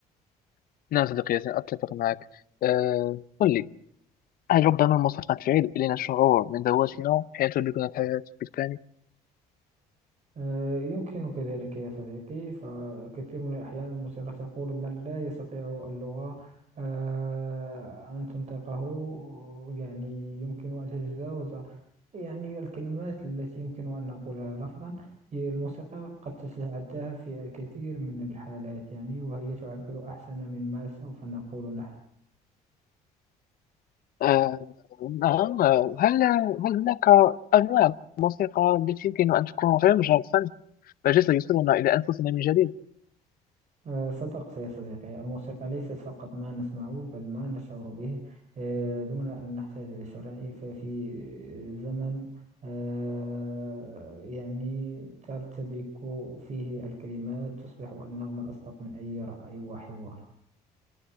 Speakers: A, on the left; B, on the right.
A: نعم صديقي ياسين أتفق معك أه قل لي هل ربما الموسيقى تعيد إلينا الشعور من ذواتنا حين تدركنا الحياة بالكامل؟
B: آه، يمكنك ذلك يا صديقي فكثير من الأحيان الموسيقى تقول من لا يستطيع اللغة آه، أن تنطقه يعني يمكن أن تتجاوز يعني الكلمات التي يمكن أن نقولها لفظا هي الموسيقى قد تتعداها في الكثير من الحالات يعني وهي تعبر أحسن مما سوف نقول نحن
A: أه نعم آه، هل هل هناك أنواع موسيقى التي يمكن أن تكون غير مجرد فن بل سيوصلنا إلى أنفسنا من جديد؟
B: آه، صدقت يا صديقي الموسيقى ليست فقط ما نسمعه بل ما نشعر به آه، دون أن نحتاج لشرع ففي زمن آه، يعني ترتبك فيه الكلمات تصبح النغمة أصدق من أي رأي وحوار